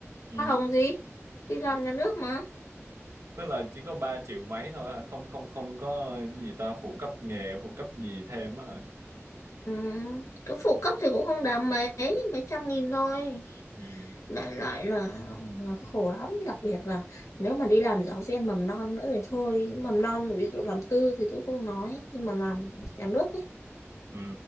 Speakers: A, on the right; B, on the left.
A: ừ.
B: hoa hồng gì, đi làm nhà nước mà.
A: tức là chỉ có 3 triệu mấy thôi hả không không không có gì ta phụ cấp nghề phụ cấp gì thêm á hả
B: Ừ, cái phụ cấp thì cũng không đáng mấy, mấy trăm nghìn thôi.
A: ừ.
B: Đại loại là là khổ lắm, đặc biệt là nếu mà đi làm giáo viên mầm non nữa thì thôi, mầm non ví dụ làm tư thì tôi không nói, nhưng mà làm nhà nước
A: Ừ.